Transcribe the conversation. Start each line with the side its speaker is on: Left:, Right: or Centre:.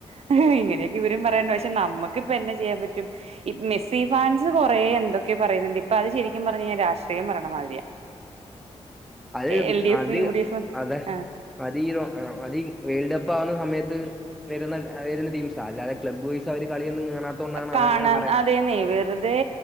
Right: <unintelligible> ഇങ്ങനൊക്കെ ഇവരും പറയാനണ്ട് പക്ഷെ നമ്മുക്ക്ിപ്പൊ എന്ന ചെയ്യാൻ പറ്റും ഇപ്പൊ മെസ്സി ഫാൻസ് കുറെേ എന്തൊക്കെ പറയുന്നുണ്ട് ഇപ്പൊ അത് ശരിക്കും പറഞ്ഞു കഴിഞ്ഞാൽ രാഷ്ട്രീയം പറയണ മാതിരിയാ
Centre: അത്
Right: എൽ ഡി എഫും
Centre: അത്
Right: യു ഡി എഫും
Centre: അതെ
Right: ആ
Centre: <unintelligible> വേൾഡ് കപ്പ് ആവുന്ന സമയത്ത് വരുന്ന വരുന്ന ടീംസാ അല്ലാതെ ക്ലബ് വോയിസ് അവ കളിയൊന്നും കാണാ <unintelligible>
Right: കാണാൻ
Centre: അവരങ്ങനെ പറയാ
Right: അതേന്നെ വെറുതെ